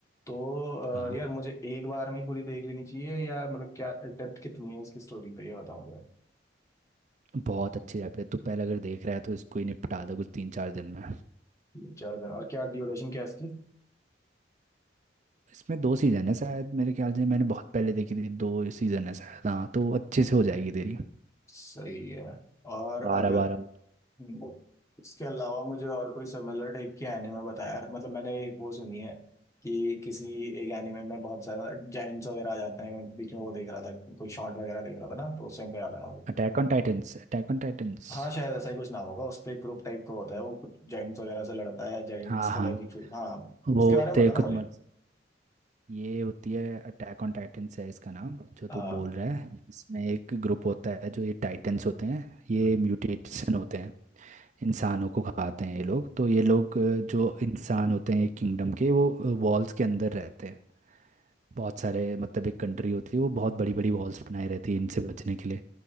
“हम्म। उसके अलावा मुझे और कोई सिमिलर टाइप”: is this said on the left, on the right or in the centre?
Left